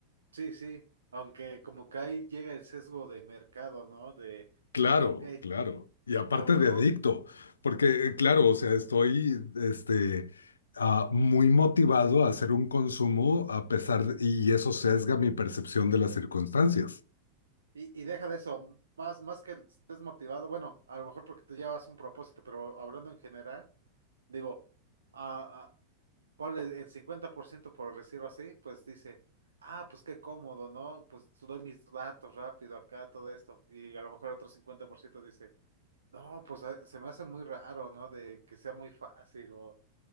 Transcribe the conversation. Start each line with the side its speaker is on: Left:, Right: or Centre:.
Right: Sí, sí, aunque como que ahí llega el sesgo de mercado, ¿no? De,
Left: Claro,
Right: ok,
Left: claro. Y aparte
Right: a lo mejor,
Left: de adicto, porque eh, claro, o sea, estoy este, ah, muy motivado a hacer un consumo a pesar de- y eso sesga mi percepción de las circunstancias.
Right: y, y deja de eso, más, más que estés motivado, bueno, a lo mejor porque tú llevas un propósito, pero hablando en general, digo, a, a- ponle el cincuenta por ciento por decirlo así, pues dice, ah, pues qué cómodo, ¿no? Pues doy mis datos rápido acá, todo esto, y a lo mejor otro 50% dice, no, pues ah, se me hace muy raro, ¿no? De que sea muy fácil o...